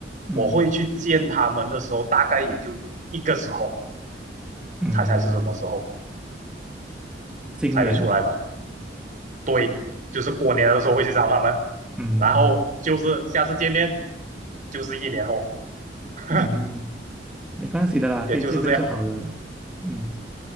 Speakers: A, in the centre; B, on the right.
A: 嗯
B: 我会去见他们的时候，大概也就一个时候，
A: 嗯，
B: 猜猜是什么时候，
A: 新年，
B: 猜得出来吗？对，就是过年的时候会去找他们，
A: 嗯
B: 然后就是下次见面就是一年后，<laughs>
A: 嗯，没关系的啦，
B: 也就是这样。
A: 可以见面就好了。嗯，